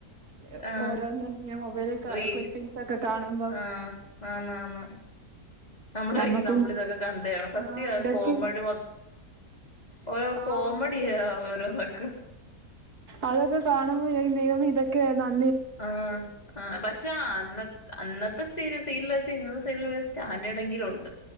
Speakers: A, on the right; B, on the left.
A: സ് ഇ
B: ആഹ്
A: ഓരോന്നും മൊബൈലിൽ
B: റീല്
A: ക്ലിപ്പിങ്സ് ഒക്കെ കാണുമ്പോ
B: ആഹ് ആന്ന് ആന്ന് നമ്മള് വിചാരിക്കും
A: നമ്മുക്കും
B: നമ്മളിതൊക്കെ കണ്ടയാണ് സത്യവാ
A: ആ ഇതൊക്കെ
B: കോമഡി മൊ ഓരോ കോമഡിയ
A: ആഹ്
B: ആ ഓരോന്നൊക്ക്
A: അതൊക്കെ കാണുമ്പോ വിചാരിക്കും ദൈവമേ ഇതൊക്കെ ഏതാന്ന്
B: ആ ആ പക്ഷെ അന്നത് അന്നത്തെ സീരിയസ് സീരിയല് വെച്ച് ഇന്നത്തെ സീരിയലിന് പിന്നെ സ്റ്റാൻഡേഡെങ്കിലും ഉണ്ട്